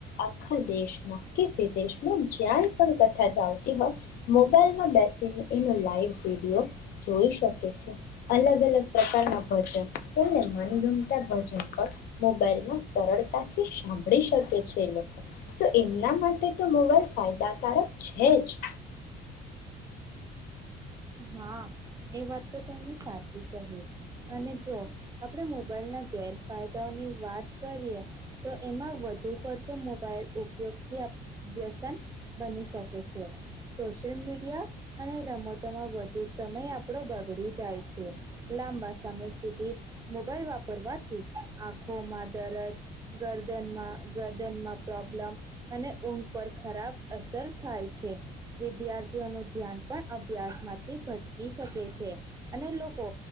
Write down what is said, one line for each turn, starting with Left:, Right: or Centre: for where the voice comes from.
Left: આખા દેશમાં કે વિદેશમાં જ્યાંય પણાક કથા ચાલતી હોય, મોબાઈલમાં બેસીને એનો લાઈવ વિડીયો જોઈ શકે છે, અલગ અલગ પ્રકારના ભજન અને મનગમતા ભજન પણ મોબાઈલમાં સરળતાથી સાંભળી શકે છે એ લોકો, તો એમના માટે તો મોબાઈલ ફાયદાકારક છે જ.
Right: હા એ વાત તો તમને સાચી કહી અને જો આપડે મોબાઈલ ના ગેરફાયદાઓની વાત કરીએ તો એમાં વધુ પડતો મોબાઈલ ઉપયોગથી અ વ્યસન બની શકે છે, સોશયલ મીડિયા અને રમતોમાં વ ધુ સમય આપણો બગડી જાય છે, લાંબા સમય સુધી મોબાઈલ વાપરવાથી આંખોમાં દરદ, ગરદનમાં ગરદનમાં પ્રોબ્લમ અને ઊઘ પર ખરાબ અસર થાય છે, વિદ્યાર્થીઓનું ધ્યાન પણ અભ્યાસમાં થી ભટકી શકે છે અને લોકો